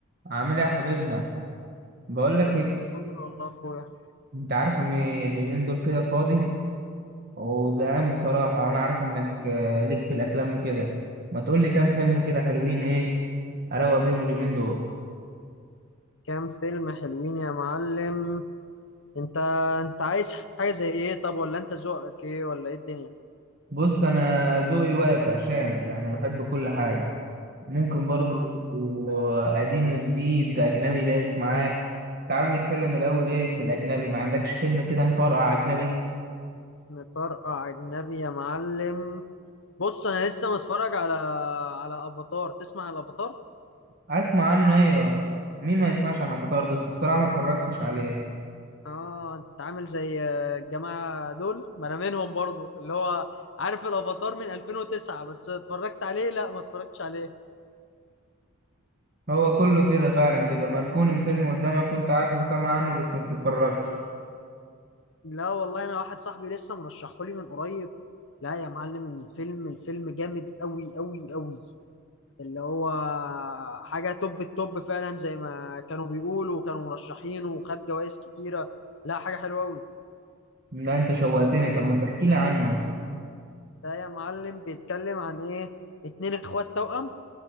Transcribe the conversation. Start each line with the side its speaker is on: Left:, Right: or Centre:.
Right: عامل ايه يا حبيبنا بقول
Left: زي
Right: لك ايه
Left: الفل والله يا اخويا
Right: انت عارف ان اليومين دول كده فاضي وزهقان بصراحه وانا عارف انك آه، ليك في الافلام وكده ما تقول لي كام فيلم كده حلوين ايه اروق بيهم اليومين دول
Left: كام فيلم حلوين يا معلم انت انت عايز حاجة زي ايه طب ولا انت ذوقك ايه ولا ايه الدنيا
Right: بص انا ذوقي واسع شامل يعني بحب كل حاجه ممكن برضو
Left: اه
Right: قديم وجديد اجنبي دايس معاك تعال نتكلم الاول ايه في الاجنبي ما عندكش فيلم كده مطرقع اجنبي
Left: مطرقع اجنبي يا معلم بص انا لسه متفرج على على افاتار تسمع على الافاتار
Right: اسمع عنه ايوه مين ما يسمعش عن قطار بس بصراحه ما اتفرجتش عليه
Left: اه انت عامل زي الجماعة دول ما انا منهم برضو اللي هو عارف الافاتار من 2009 بس اتفرجت عليه لا ما اتفرجتش عليه
Right: هو كله كده فعلا بيبقى مركون الفيلم قدامك وانت عارفه وسامع عنه بس ما بتتفرجش
Left: لا والله انا واحد صاحبي لسه مرشحه لي من قريب لا يا معلم الفيلم الفيلم جامد قوي قوي قوي اللي هو حاجة توب التوب فعلا زي ما كانوا بيقولوا وكانوا مرشحينه وخد جوائز كتيرة لا حاجة حلوة قوي
Right: لا انت شوقتني طب ما تحكي لي عنه
Left: ده يا معلم بيتكلم عن ايه اتنين اخوات توأم